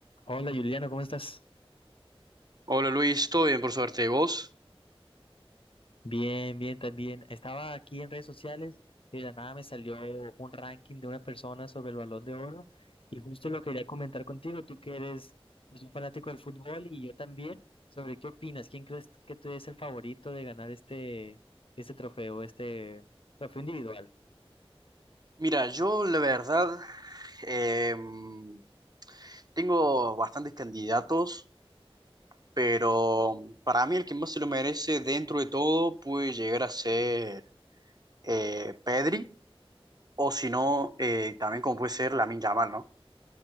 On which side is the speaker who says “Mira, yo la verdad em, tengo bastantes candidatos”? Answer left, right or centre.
Right